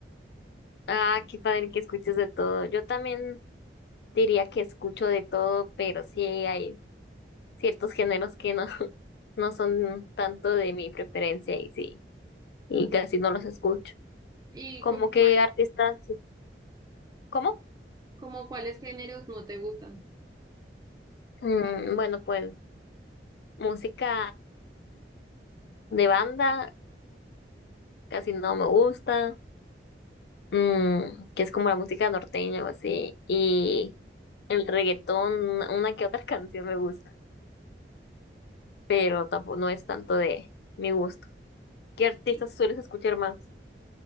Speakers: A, on the left; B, on the right.
A: Ah, qué padre que escuches de todo. Yo también diría que escucho de todo, pero sí hay ciertos géneros que no, <laughs> no son tanto de mi preferencia y sí, y casi no los escucho.
B: ¿Y
A: ¿Cómo
B: como
A: que
B: cuáles,
A: artistas? ¿Cómo?
B: como cuáles géneros no te gustan?
A: Mm, bueno, pues música de banda casi no me gusta. mm, que es como la música norteña o así, y el reggaetón, una una que otra <laughs> canción me gusta, pero tampoco no es tanto de mi gusto. ¿Qué artistas
B: Y
A: sueles escuchar más?